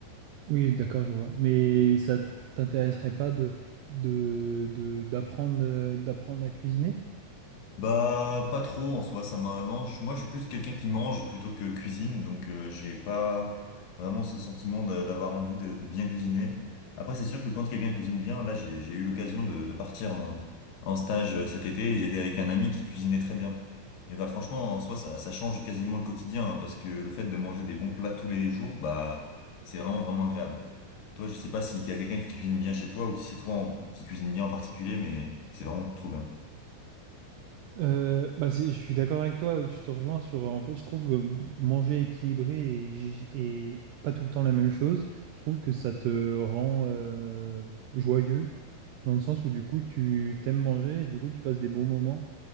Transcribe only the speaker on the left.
Bah, pas trop en soi, ça m'a. Non, je- moi je suis plus quelqu'un qui mange plutôt que cuisine, donc euh, j'ai pas vraiment ce sentiment d'a- d'avoir envie de, de bien cuisiner. Après, c'est sûr que quand quelqu'un cuisine bien, là j'ai j'ai eu l'occasion de, de partir en, en stage euh, cet été et j'étais avec un ami qui cuisinait très bien. Et bah, franchement, en soi, ça, ça change quasiment le quotidien, hein, parce que le fait de manger des bons plats tous les jours, bah, c'est vraiment, vraiment agréable. Toi, je sais pas s'il y a quelqu'un qui cuisine bien chez toi ou si c'est toi en- qui cuisine bien en particulier, mais c'est vraiment trop bien.